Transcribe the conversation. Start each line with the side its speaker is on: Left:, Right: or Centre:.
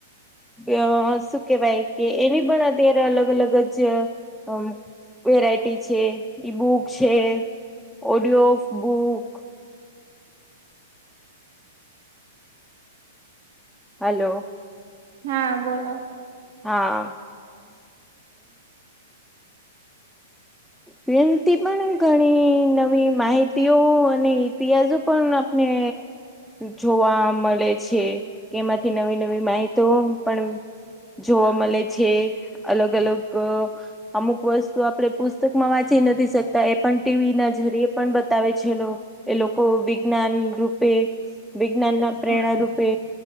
Centre: અ શું કેવાય કે એની પણ અત્યારે અલગ અલગ જ અ વેરાયટી છે. ઈ બુક છે, ઓડિયો બુક. હલો
Right: હા બોલો
Centre: હા હ ફિલ્મથી પણ ઘણી નવી માહિતીઓ અને ઇતિહાસો. પણ આપણે. જોવા મળે છે કે એમાંથી નવી નવી માહિતી પણ. જોવા મળે છે, અલગ અલગ અમુક વસ્તુ આપણે પૂછ પુસ્તકમાં વાંચી નથી શકતા, એ પણ ટીવી ના જરી પણ બતાવે છેલ્લો. એ લોકો વિજ્ઞાન રૂપે, વિજ્ઞાન ના પ્રેરણા
Right: હા
Centre: રૂપે.